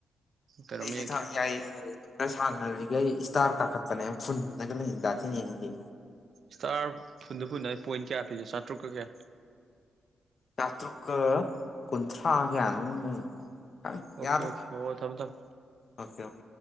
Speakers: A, on the right; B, on the left.
A: ꯀꯩꯅꯣꯝ
B: ꯑꯩꯁꯨ
A: ꯌꯦꯡꯒꯦ
B: ꯊꯥꯡ ꯌꯥꯏꯌꯦ ꯌꯥꯏꯌꯦ ꯈꯔ ꯁꯥꯡꯅꯜꯂꯤꯒꯩ ꯑꯩ ꯁ꯭ꯇꯥꯔ ꯀꯥꯈꯠꯄꯅꯦ ꯐꯨꯟ ꯗꯒꯂꯤꯡ ꯗꯖꯤꯌꯦꯡꯗꯦ
A: ꯁ꯭ꯇꯥꯔ ꯐꯨꯟꯗ ꯐꯨꯟꯅ ꯄꯣꯏꯟꯠ ꯀꯌꯥ ꯄꯤꯒꯦ ꯆꯥꯇ꯭ꯔꯨꯛꯀ ꯀꯌꯥ
B: ꯌꯥꯇ꯭ꯔꯨꯛꯀ ꯀꯨꯟꯊ꯭ꯔꯥ ꯀ꯭ꯌꯥꯅꯣꯝ ꯂꯩ
A: ꯑꯣꯈꯦ
B: ꯌꯥꯔꯦ
A: ꯑꯣꯈꯦ ꯑꯣ ꯊꯃꯦ ꯊꯝ
B: ꯑꯣꯀꯦ ꯑꯣꯀꯦ